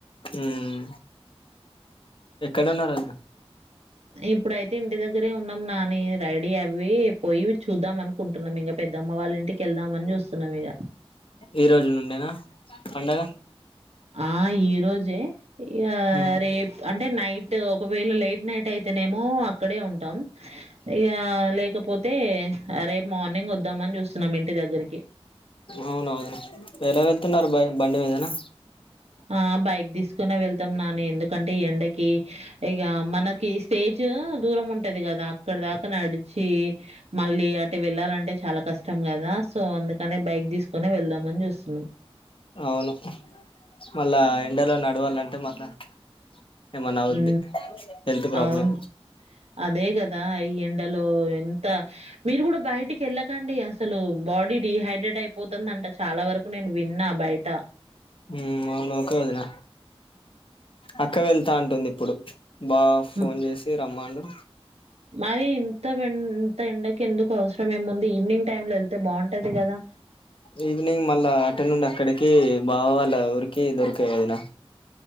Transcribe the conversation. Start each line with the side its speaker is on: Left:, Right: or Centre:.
Left: ఉం ఎక్కడ ఉన్నారు వాళ్ళు
Right: ఇప్పుడైతే ఇంటి దగ్గరే ఉన్నాం నాని రెడీ అవి పోయి చూద్దాం అనుకుంటున్నాం ఇంకా పెద్దమ్మ వాళ్ళ ఇంటికి కెళ్దామని చూస్తున్నాం ఇక
Left: ఈ రోజు నుండేనా పండగ
Right: ఆ ఈ రోజే ఇగ
Left: ఉమ్
Right: రేపు అంటే నైట్ ఒకవేళ లేట్ నైట్ అయితేనేమో అక్కడే ఉంటాం ఇక లేక పోతే రేపు మార్నింగ్ వద్దామని చూస్తున్నాం ఇంటి దగ్గరికి
Left: అవునా వదిన ఎలా వెళ్తున్నారు బ బండి మీదనా
Right: ఆ బైక్ తీసుకునే వెళ్తాం నాని ఎందుకంటే ఎండకి ఇక మనకి స్టే ఇజ్ దూరం ఉంటది కదా అక్కడ దాకా నడిచి మళ్ళీ అటు వెళ్ళాలంటే చాలా కస్ ఇష్టం కదా సో అందుకనే బైక్ తీసుకుని వెళ్దామని చూస్తున్నాం
Left: అవును మళ్ళా ఎండలో నడవాలంటే మళ్ళా ఏమన్నా అవుద్ది
Right: ఉ
Left: హెల్త్ ప్రాబ్లం
Right: అవును అదే కదా ఈ ఎండలో ఎంత మీరు కూడా బయటికి వెళ్ళకండి అసలు బాడీ డిహైడ్రేట్ అయిపోతుందంట చాలా వరకు నేను ఉన్నా బయట
Left: ఉం అవును ఒకే వదిన అక్క వెళ్తా అంటుంది ఇప్పుడు బావ ఫోన్
Right: హ్మ్.
Left: చేసి రమ్మండు
Right: మరి ఇంత ఇంత ఎండకి ఎందుకు అవసరం మేము ఉంది ఈవినింగ్ టైమ్ లో వెళ్తే బాగుంటది కదా
Left: ఈవినింగ్ మళ్ళా అట నుండి అక్కడికి బావా వాళ్ళ ఊరికి దొరకవు వదిన